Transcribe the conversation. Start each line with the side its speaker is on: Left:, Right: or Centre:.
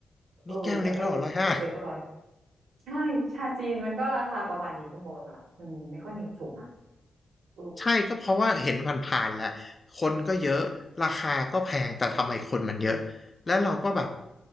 Right: เออแต่แก้วเล็กแก้วเล็กก็ร้อย
Left: นี่แก้วเล็กแล้วเหร้อยห้า
Right: ใช่ชาจีนมันก็ราคาประมาณนี้ก็หมดละมันไม่ค่อยมีถูกนะ อืม
Left: ใช่ก็เพราะว่าเห็นผ่านๆแหละคนก็เยอะราคาก็แพงแต่ทำไมคนมันเยอะแล้วเราก็แบบ